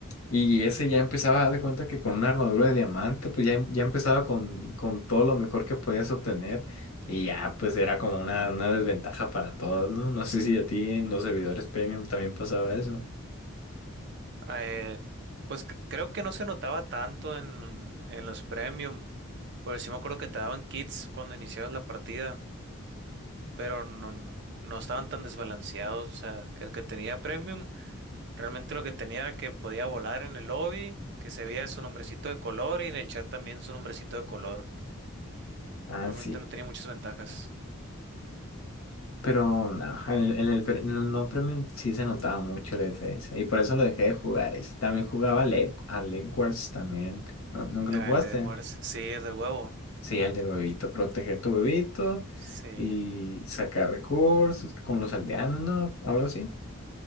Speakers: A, on the left; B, on the right.
A: Y ese ya empezaba a dar de cuenta que con una armadura de diamante pues ya, ya empezaba con, con todo lo mejor que podías obtener y ya pues era como una, una desventaja para todos, ¿no? No sé si a ti en los servidores premium también pasaba eso.
B: Eh, pues c- creo que no se notaba tanto en, en los premium, porque sí me acuerdo que te daban kits cuando iniciabas la partida, pero no, no estaban tan desbalanceados. O sea, el que tenía premium, realmente lo que tenía era que podía volar en el lobby, que se veía su nombrecito de color y en el chat también su nombrecito de color.
A: Ah,
B: Realmente
A: sí.
B: no tenía muchas ventajas.
A: Pero no, en el, en el pre- en el no premium sí se notaba mucho la diferencia. Y por eso lo dejé de jugar. ese. También jugaba Leg- a Leg Wars también. ¿No- ¿Nunca
B: Ah,
A: lo jugaste?
B: el de Wars, sí, el del huevo,
A: Sí, el del huevito. Proteger tu huevito
B: sí.
A: y sacar recursos con los aldeanos, ¿no? Algo así.